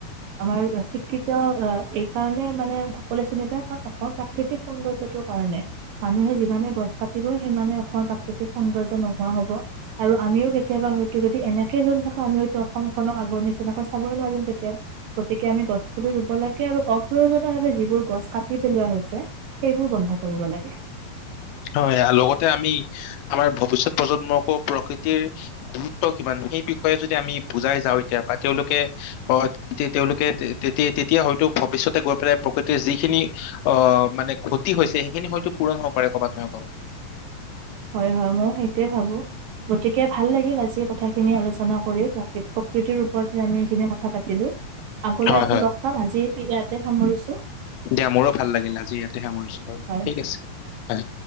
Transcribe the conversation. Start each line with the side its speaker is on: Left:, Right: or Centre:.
Right: আমাৰ শিক্ষিত অঁ এই কাৰণে মানে সকলোৱে চিনি পায় কাৰণ অসমৰ প্ৰাকৃতিক সৌন্দৰ্যটোৰ কাৰণে, মানুহে যিমানে গছ কাটিব সিমানে অসমৰ প্ৰাকৃতিক সৌন্দৰ্য নোহোৱা হ'ব, আৰু আমিও কেতিয়াবা হয় যদি, এনেকে যদি থাকে, আমি হয়তো অসমখনক আগৰ নিচিনাকৈ চাবই নোৱাৰো তেতিয়া, গতিকে আমি গছ পুলি ৰুব লাগে আৰু অপ্ৰয়োজনীয় ভাৱে যিবোৰ গছ কাটি পেলোৱা হৈছে সেইবোৰ বন্ধ কৰিব লাগে।
Left: হয়, লগতে আমি আমাৰ ভৱিষ্যত প্ৰজন্মকো প্ৰকৃতিৰ গুৰুত্ব কিমান সেই বিষয়ে যদি আমি বুজাই যাওঁ এতিয়া পৰা তেওঁলোকে অঁ, তেওঁলোকে তেতি, তেতিয়া হয়তো ভৱিষয়তে গৈ পেলাই প্ৰকৃতিৰ যিখিনি অঁ মানে ক্ষতি হৈছে সেইখিনি হয়তো পূৰণ হ'ব পাৰে কৰ'বাত। নাপাব।
Right: হয় হয়, ময়ো সেইটোয়ে ভাবো, গতিকে ভাল লাগিল আজি কথাখিনি আলোচনা কৰি, প্ৰকৃতিৰ ওপৰতহে আমি এইখিনি কথা পাতিলোঁ। আগলৈ
Left: হয়
Right: আকৌ
Left: হয়
Right: লগ পাম, আজি ইয়াতে সামৰিছো।
Left: দিয়া মোৰো ভাল লাগিল, আজি ইয়াতে সামৰিছোঁ,
Right: হয়
Left: ঠিক আছে হয়